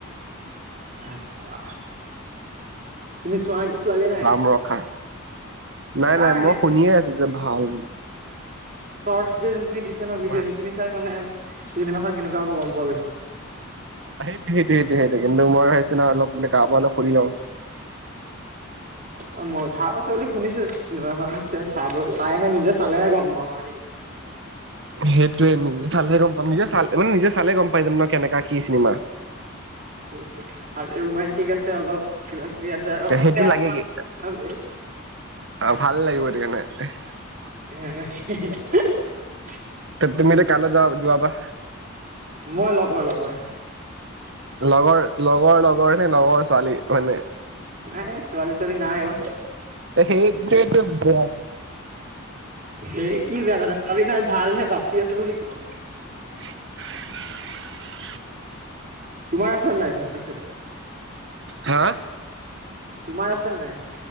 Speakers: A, on the right (about 40°); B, on the right (about 55°).
A: আচ্ছা তুমি চোৱা চোৱাগে নাই
B: দাম ৰখা নাই
A: তাৰ
B: নাই মই শুনিয়ে আছো যে ভাল।
A: তত যে যোনখিনি দি ন ভিডিঅ
B: কোৱা।
A: সেইখিনি চাই মানে। চিনিমাখন কেনেকুৱা হ'ব গম পোৱা গৈছে।
B: সেইটো, সেইটো, সেইটো, সেইটোৱেই, কিন্তু মই সেইদিনা অলপ মানে ক পৰা অলপ সুুধি লওঁ। <unintelligible>
A: অ' মই ভাল আছে বুলি শুনিছো। চিনেমাখন, তে চাব, চাইহে নিজে চালেহে গম পাম আৰু দেই।
B: সেইটোয়ে মোক, চালহে গম। <unintelligible> নিজে চাল, মানে নিজে চালে গম পাই যাম ন। কেনেকা কি চিনেমা।
A: সেইটোৱেই। খালি ৰোমানণ্টিক আছে অলপ কিবা- কিবি। আছে আৰু
B: সেইটো
A: অকণ বেয়া
B: লাগে কি,
A: নহয় বাৰু।
B: অ ভাল লাগিব সেইকাৰণে। <unintelligible>
A: <unintelligible>
B: তুমি এতিয়া কাললৈ। যোৱা যোৱা বা।
A: মই- লগৰ লগৰ।
B: লগৰ, লগৰ লগৰ নে? লগৰ ছোৱালী মানে।
A: নাই--ছোৱালী-টোৱালি নাই অ'।
B: সেইটোৱেটো বেয়া
A: সেই কি বেয়া কথাটো। ছোৱালী নাই ভালহে বাচি আছো বুলি ক।
B: <unintelligible>
A: তোমাৰ আছে নে নাই? ভাল পিছে।
B: হা
A: তোমাৰ আছে নাই?